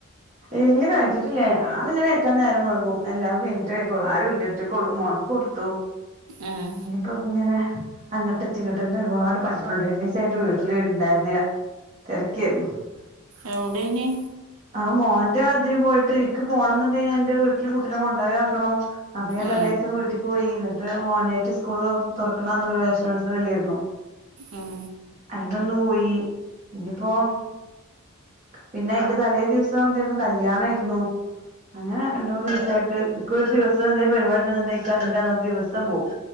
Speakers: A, on the right (about 35°); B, on the right (about 80°).
A: ഇല്ല കഴിച്ചിട്ടില്ല ഞാപിന്നെ കഴിക്കാൻ നേരം വൈകും എല്ലാതും കഴിഞ്ഞിട്ടേ കഴിക്കൊള്ളൂ ആരുംല്ല്യ ഒറ്റകൊള്ളൂ മോൻ കൊട്ത്തു
B: ആഹ്
A: കൊങ്ങനെ. അങ്ങോട്ടെത്തി ഇങ്ങട്ട്ന്ന് ഒരുപാട് പണികള്ണ്ട് രണ്ടീസായിട്ട് വീട്ടില് ഇണ്ടായിര്ന്നീല തെരാക്കേര്ന്നു.
B: എവ്ടെയ്ന്?
A: ആഹ് മോന്റെ അതിന് പോയിട്ട് എനിക്ക് പോണംന്ന്ണ്ടെങ്കിഎന്റെ വീട്ടില് കുട്ടീനെ കൊണ്ടേയാക്കണം അപ്പൊ ഞാൻ
B: ആ
A: തലേദിവസം വീട്ടിൽ പോയി എന്നിട്ട് മോനേട്ട് സ്കൂൾ തുറക്കണന്ന് പ്രവേശനൊത്സവം അല്ലേര്ന്നൊ.
B: ഉം
A: അയിനൊന്നു പോയി ഇനിപ്പോ പിന്നെ അയ്ൻ്റെതലേ ദിവസം എന്തേര്ന്നു കല്യാണേര്ന്നു അങ്ങനെ രണ്ട്മൂന്നീസായിട്ട് ഇകൊരു ദിവസം എന്തേലും പരിപാടിണ്ട്ന്ണ്ടെങ്കി അന്നത്തെ ആദിവസം പോകും.